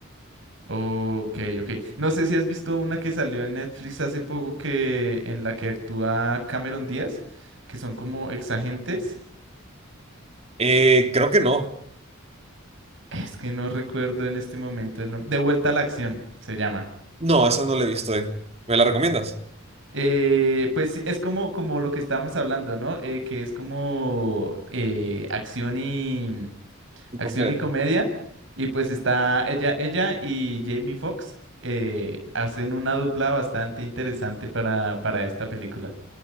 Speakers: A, on the right; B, on the right.
A: Ok, ok. No sé si has visto una que salió en Netflix hace poco que en la que actúa Cameron Díaz, que son como exagentes.
B: Eh, creo que no.
A: Es que no recuerdo en este momento el nombre. De vuelta a la acción, se llama.
B: No, esa no la he visto. eh. ¿Me la recomiendas?
A: Eh, pues sí, es como, como lo que estábamos hablando, ¿no? Eh, que es como eh, acción y
B: y
A: acción
B: comedia.
A: y comedia. Y pues está ella, ella y Jamie Foxx eh, hacen una dupla bastante interesante para, para esta película.